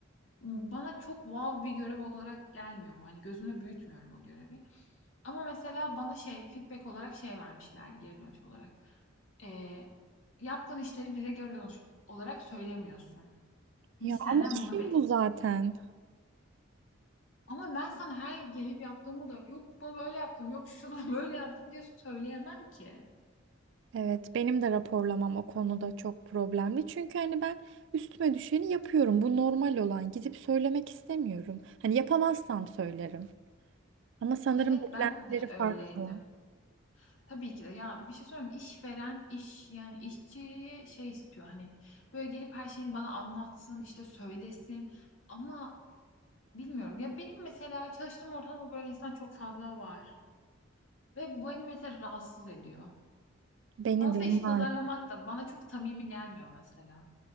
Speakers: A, on the left; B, on the right.
A: bana çok wow bir görev olarak gelmiyor bu. Hani gözümde büyütmüyorum o görevi. Ama mesela bana şey feedback olarak şey vermişlerdi geri dönüş olarak. e, yaptığın işleri bize göre olarak söylemiyorsun.
B: Ya
A: Biz senden
B: ama işim
A: bunu bekliyoruz.
B: bu zaten.
A: Ama ben sana her gelip yaptığımı da yok bunu böyle yaptım, yok şunu <laughs> böyle yaptım diye söyleyemem ki.
B: Evet, benim de raporlamam o konuda çok problemli. Çünkü hani ben üstüme düşeni yapıyorum. Bu normal olan. Gidip söylemek istemiyorum. Hani yapamazsam söylerim. Ama sanırım
A: Evet
B: beklentileri
A: ben de öyleydim.
B: farklı.
A: Tabii ki de ya bir şey söyleyeyim mi? işveren iş yani işçiyi şey istiyor hani böyle gelip her şeyini bana anlatsın işte söylesin ama bilmiyorum ya benim mesela çalıştığım ortamda böyle insan çok fazla var ve bu beni mesela rahatsız ediyor.
B: Beni
A: Fazla
B: de onlar
A: iş pazarlamak da bana çok samimi gelmiyor mesela.